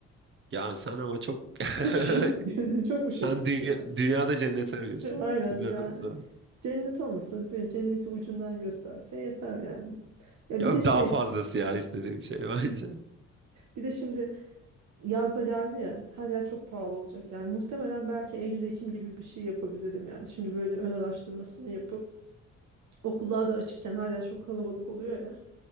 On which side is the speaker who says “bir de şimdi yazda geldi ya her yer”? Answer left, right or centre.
Right